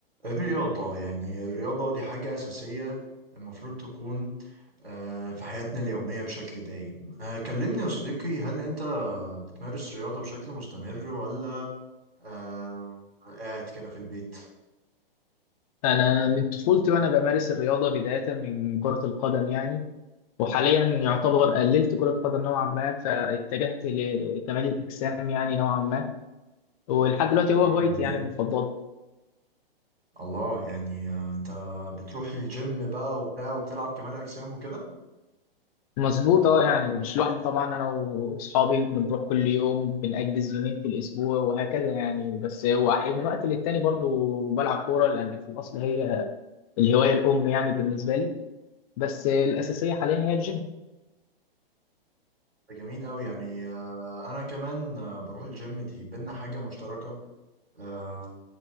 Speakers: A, on the right; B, on the left.
A: الرياضة يعني الرياضة دي حاجة أساسية المفروض تكون آه، في حياتنا اليومية بشكل دايم آه، كلمني يا صديقي هل أنت بتمارس رياضة بشكل مستمر ولا آه، قاعد كده في البيت؟
B: أنا من طفولتي وأنا بمارس الرياضة بداية من كرة القدم يعني وحاليا يعتبر قللت كرة قدم نوعا ما فاتجهت لكمال الأجسام يعني نوعا ما ولحد دلوقتي هو
A: مم،
B: هوايتي
A: جميل
B: يعني المفضلة
A: الله يعني آه، أنت بتروح الجيم بقى وبتاع وبتلعب كمال أجسام وكده
B: مظبوط اه يعني مش لوحدي طبعا أنا وأصحابي بنروح كل يوم بنأجز يومين في الأسبوع وهكذا يعني بس هو أحيانا من وقت للتاني برضو بلعب كورة لأن في الأصل هي الهواية الأم يعني بالنسبة لي بس الأساسية حاليا هي الجيم
A: ده جميل أوي يعني آه، أنا كمان آه، بروح الجيم دي بينا حاجة مشتركة آه،